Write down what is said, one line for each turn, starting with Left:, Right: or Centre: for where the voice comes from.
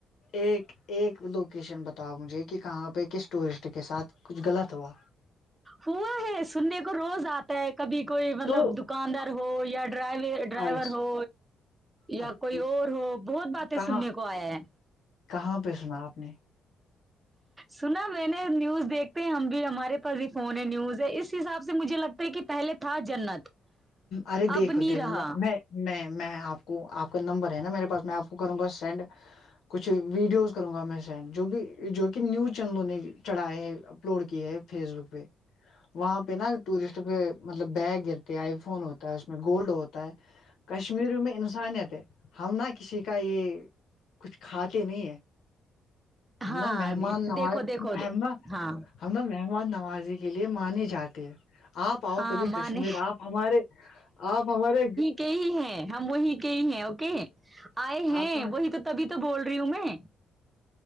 Left: ایک ایک لوکیشن بتاؤ مجھے کہ کہاں پہ کس ٹورسٹ کے ساتھ کچھ غلط ہوا
Right: ہوا ہے سننے کو روز اتا کبھی کوئی مطلب
Left: تو
Right: دکاندار ہو یا ڈرائی ڈرائیور
Left: ارے
Right: ہو یا
Left: ارے
Right: کوئی اور ہو بہت باتیں
Left: کہاں
Right: سننے کو آیا ہے
Left: کہاں پہ سنا آپ نے
Right: سنا میں نے نیوز دیکھتے ہیں ہم بھی ہمارے پاس ہی فون ہے نیوز ہے اس حساب سے مجھے لگتا کی پہلے تھا جنت
Left: ارے
Right: اب
Left: دیکھو
Right: نہیں
Left: دیکھو
Right: رہا
Left: میں میں میں آپ کو آپ کا نمبر ہے نا میرے پاس میں آپ کو کروں گا سینڈ کچھ ویڈیوز کروں گا میں سینڈ جو بھی جو کہ نیوز چینلوں نے چڑھاائے ہے اپلوڈ کیے ہے فیس بک پہ وہاں پہ نا ٹورسٹ کے مطلب بیگ آ فون ہوتا ہے اس میں گولڈ ہوتا ہے کشمیری میں انس انسانیت ہے ہم نہ کسی کا یہ کچھ کھاتے نہیں ہے ہم
Right: ہاں
Left: نا مہمان نواز
Right: دیکھو دیکھو
Left: ہم نہ
Right: ہاں
Left: ہم نا مہمان نوازی کے لیے مانے جاتے ہیں آپ آؤ
Right: ہاں
Left: کبھی
Right: ماں
Left: کشمیر
Right: نے
Left: آپ ہمارے آپ ہمارے
Right: کہ ہی ہے ہم وہی کے ہی ہیں اوکے آئے ہیں
Left: آپ کہاں
Right: وہی تو تبھی تو بول رہی ہوں میں